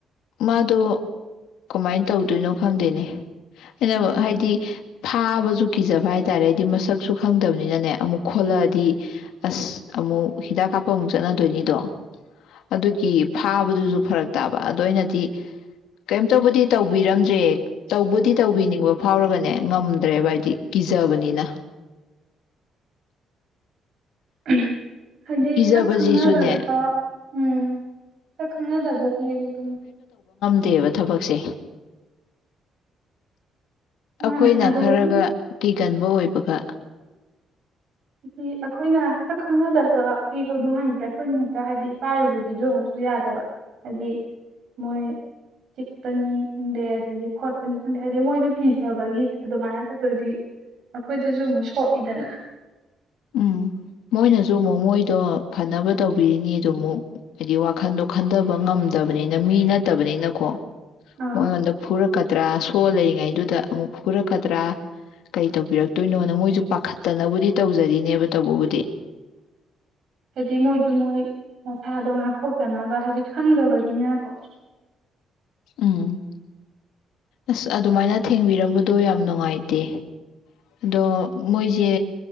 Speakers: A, on the left (about 80°); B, on the right (about 65°).
A: ꯃꯥꯗꯣ ꯀꯃꯥꯏꯅ ꯇꯧꯗꯣꯏꯅꯣ ꯈꯪꯗꯦꯅꯦ ꯑꯩꯅ ꯍꯥꯏꯗꯤ ꯐꯥꯕꯁꯨ ꯀꯤꯖꯕ ꯍꯥꯏ ꯇꯔꯦ ꯑꯩꯗꯤ ꯃꯁꯛꯁꯨ ꯈꯪꯗꯕꯅꯤꯅꯅꯦ ꯑꯃꯨꯛ ꯈꯣꯠꯂꯛꯑꯗꯤ ꯑꯁ ꯑꯃꯨꯛ ꯍꯤꯗꯥꯛ ꯀꯥꯞꯄ ꯑꯃꯨꯛ ꯆꯠꯅꯗꯣꯏꯅꯤꯗꯣ ꯑꯗꯨꯒꯤ ꯐꯥꯕꯗꯨꯁꯨ ꯐꯔꯛ ꯇꯥꯕ ꯑꯗꯨꯗꯣ ꯑꯣꯏꯅꯗꯤ ꯀꯩꯝꯇꯕꯨꯗꯤ ꯇꯧꯕꯤꯔꯝꯗ꯭ꯔꯦ ꯇꯧꯕꯗꯤ ꯇꯧꯕꯤꯅꯤꯡꯕ ꯐꯥꯎꯔꯒꯅꯦ ꯉꯝꯗ꯭ꯔꯦꯕ ꯍꯥꯏꯗꯤ ꯀꯤꯖꯕꯅꯤꯅ
B: ꯎꯝ ꯍꯥꯏꯗꯤ
A: ꯀꯤꯖꯕꯁꯤꯁꯨꯅꯦ
B: ꯁꯛ ꯈꯪꯅꯗꯕ ꯎꯝ ꯁꯛ ꯈꯪꯅꯗꯕꯒꯤ ꯀꯣ
A: ꯠꯇꯦꯕ ꯊꯕꯛꯁꯦ
B: ꯃꯥꯅꯦ
A: ꯑꯩꯈꯣꯏꯅ
B: ꯑꯗꯒꯤ
A: ꯈꯔꯒ ꯀꯤꯒꯅ ꯏ ꯍꯕ ꯈ
B: ꯍꯥꯏꯗꯤ ꯑꯩꯈꯣꯏꯅ ꯁꯛ ꯈꯪꯅꯗꯕ ꯀꯤ ꯍꯧꯗꯣꯡ ꯍꯥꯏꯔꯤꯁꯦ ꯑꯩꯈꯣꯏꯅ ꯍꯦꯛꯇ ꯍꯥꯏꯗꯤ ꯄꯥꯏꯔꯨꯕꯒꯤꯁꯨ ꯑꯃꯨꯛꯁꯨ ꯌꯥꯗꯕ ꯍꯥꯏꯗꯤ ꯃꯣꯏ ꯆꯤꯛꯄꯅꯤ ꯈꯪꯗꯦ ꯑꯗꯒꯤ ꯈꯣꯠꯄꯅꯤ ꯈꯪꯗꯦ ꯍꯥꯏꯗꯤ ꯃꯣꯏꯁꯨ ꯀꯤꯖꯕꯒꯤ ꯑꯗꯨꯃꯥꯏꯅ ꯇꯧꯗꯗꯤ ꯑꯩꯈꯣꯏꯗꯁꯨ ꯑꯃꯨꯛ ꯁꯣꯛꯏꯗꯅ
A: ꯎꯝ ꯃꯣꯏꯅꯁꯨ ꯑꯃꯨꯛ ꯃꯣꯏꯗꯣ ꯐꯅꯕ ꯇꯧꯕꯤꯔꯤꯅꯤꯗꯣ ꯑꯃꯨꯛ ꯍꯥꯏꯗꯤ ꯋꯥꯈꯟꯗꯣ ꯈꯟꯊꯕ ꯉꯝꯗꯕꯅꯤꯅ ꯃꯤ ꯅꯠꯇꯕꯅꯤꯅꯀꯣ
B: ꯑꯪ
A: ꯑꯣꯗ ꯄ ꯄꯨꯔꯛꯇ ꯊꯣꯜꯂꯤꯔꯤꯉꯩꯗꯨꯗ ꯑꯃꯨꯛ ꯐꯨꯔꯛꯀꯗ꯭ꯔꯥ ꯀꯩ ꯇꯧꯕꯤꯔꯛꯇꯣꯏꯅꯣꯅ ꯃꯣꯏꯁꯨ ꯄꯥꯈꯠꯇꯅꯕꯨꯗꯤ ꯇꯧꯖꯔꯤ ꯅꯕ ꯇꯧꯕꯗꯤ
B: ꯍꯥꯏꯗꯤ ꯃꯣꯏꯁꯨ ꯃꯣꯏ ꯃꯁꯥꯗꯣ ꯉꯥꯛꯊꯣꯛꯆꯅꯕ ꯍꯥꯏꯗꯤ ꯈꯪꯗꯕꯅꯤꯅꯀꯣ
A: ꯎꯝ ꯑꯁ ꯑꯗꯨꯃꯥꯏꯅ ꯊꯦꯡꯕꯤꯔꯝꯕꯗꯣ ꯌꯥꯝ ꯅꯨꯡꯉꯥꯏꯇꯦ ꯑꯗꯣ ꯃꯣꯏꯁꯦ